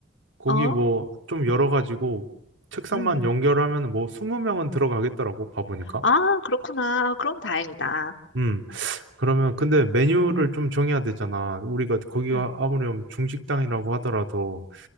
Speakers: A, on the right; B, on the left.
A: 거기
B: 어?
A: 뭐 좀 열어 가지고 책상만
B: 음.
A: 연결하면 뭐 20명은 들어가겠더라고, 봐보니까.
B: 아, 그렇구나. 그럼 다행이다.
A: 음. 그러면 근데 메뉴를 좀 정해야 되잖아. 우리가 거기가
B: 음,
A: 아무렴 중식당이라고 하더라도